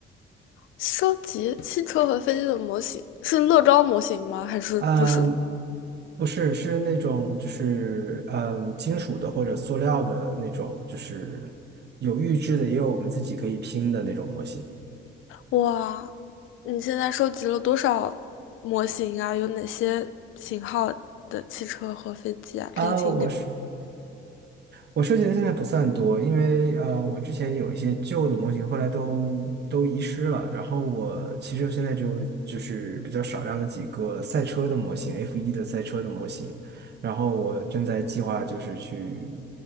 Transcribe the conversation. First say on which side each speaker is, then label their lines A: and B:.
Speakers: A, on the left; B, on the right.
A: 收集汽车和飞机的模型，是乐高模型吗？还是就是
B: 嗯，不是，是那种就是嗯金属的或者塑料的那种，就是有预制的，也有我们自己可以拼的那种模型。
A: 哇？你现在收集了多少模型啊？有哪些型号的汽车和飞机啊？
B: 啊，
A: 可以请给
B: 我是。我收集的现在不算多，因为呃，我之前有一些旧的模型，后来都都遗失了。然后我其实现在就就是比较少量的几个赛车的模型，F1 的赛车的模型。然后我正在计划就是去